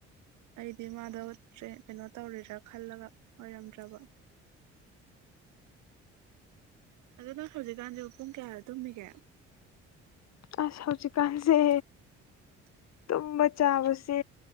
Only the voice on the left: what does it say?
ꯑꯁ ꯍꯧꯖꯤꯛꯀꯥꯟꯁꯦ
ꯇꯨꯝꯕ ꯆꯥꯕꯁꯦ